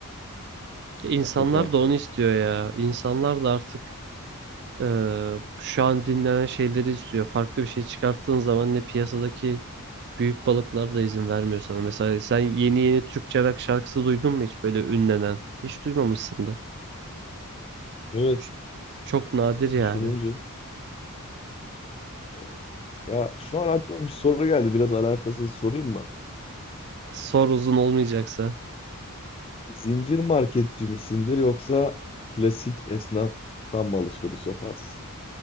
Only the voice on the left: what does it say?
Çok arttı.
Evet.
Düşününce. Evet. Ya şu an aklıma bir soru geldi. Biraz alakasız sorayım mı?
Zincir marketçi misindir yoksa klasik esnaftan mı alışveriş yaparsın?